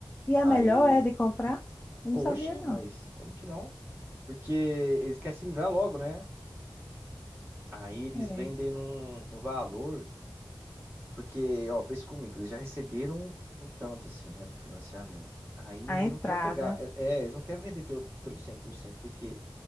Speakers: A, on the left; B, on the right.
A: E
B: Aí,
A: a melhor é de comprar? Eu não
B: oxe,
A: sabia, não.
B: mas como que não? Porque eles querem se livrar logo, né? Aí eles
A: É.
B: vendem num, num valor. Porque, ó, pensa comigo, eles já receberam um tanto, assim, né, do financiamento. Aí eles
A: A entrada.
B: não querem pegar, é, é, eles não querem vender pelo, pelo 100%, porque